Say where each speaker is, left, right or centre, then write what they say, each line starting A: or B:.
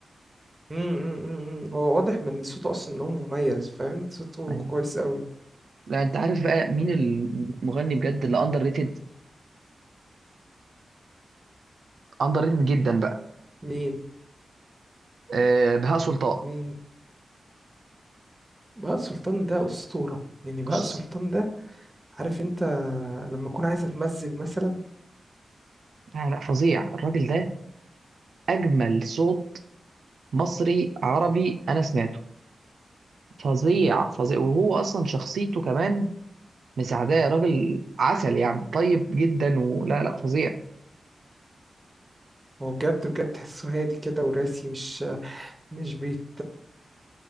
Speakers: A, on the right; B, on the right.
A: امم امم هو واضح من صوته اصلا ان هو مميز فاهم صوته
B: أيوة.
A: كويس قوي
B: لا انت عارف بقى مين المغني بجد اللي اندر ريتد اندر ريتد جدا بقى
A: مين
B: أه بهاء سلطان
A: مين بهاء سلطان ده اسطورة يعني بهاء
B: بص
A: سلطان ده عارف انت لما اكون عايز اتمزج مثلا
B: لا لا فظيع الراجل ده اجمل صوت مصري عربي انا سمعته فظيع فظيع وهو اصلا شخصيته كمان مساعداه يا راجل عسل يعني طيب جدا ولا لا فظيع
A: هو بجد بجد تحسه هادي كده وراسي مش مش بيت